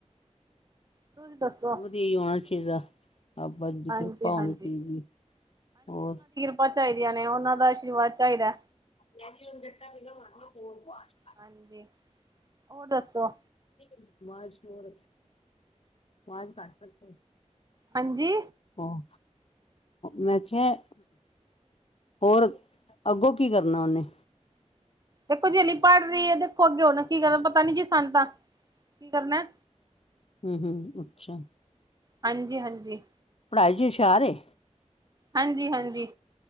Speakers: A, on the right; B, on the left.
A: ਤੁਸੀਂ ਦੱਸੋ
B: ਵਧੀਆ ਹੀ ਹੋਣਾ ਚਾਹੀਦਾ ਬਾਬਾ ਜੀ
A: ਹਾਂਜੀ
B: ਦੀ ਕਿਰਪਾ ਹੋਣੀ
A: ਹਾਂਜੀ।
B: ਚਾਹੀਦੀ ਏ ਹੋਰ
A: ਾਂ <unintelligible> ਚਾਹੀਦੀਆਂ ਨੇ ਉਹਨਾਂ ਦਾ ਆਸ਼ੀਰਵਾਦ ਚਾਹੀਦਾ ਐ
B: ਯਕੀ ਉਹਨ ਬਟ ਵੀਨ ਮਨਾ ਹੋੋਵਾ <unintelligible>
A: ਹਾਂਜੀ ਹੋਰ ਦੱਸੋ
B: ਜ਼ ਸ਼ਰ <unintelligible> ਵਾਜ ਘੱਟ ਰੱਖ
A: ਹਾਂਜੀ
B: ਉਹ ਮੈਂ ਕਿਹਾ ਹੋਰ ਅੱਗੋਂ ਕੀ ਕਰਨਾ ਉਹਨੇ
A: ਦੇਖੋ ਜੇਲੀ ਪੜ੍ਹ ਰਹੀ ਹੈ ਦੇਖੋ ਅੱਗੇ ਹਣਾ ਕੀ ਕਰਨਾ ਪਤਾ ਨੀ ਜੀ ਸਾਨ ਤਾਂ ਕੀ ਕਰਨਾ ਐ
B: ਹਮ ਹਮ ਅੱਛਾ
A: ਹਾਂਜੀ-ਹਾਂਜੀ
B: ਪੜ੍ਹਾਈ ਜੀ ਹੁਸ਼ਿਆਰ ਏ?
A: ਹਾਂਜੀ ਹਾਂਜੀ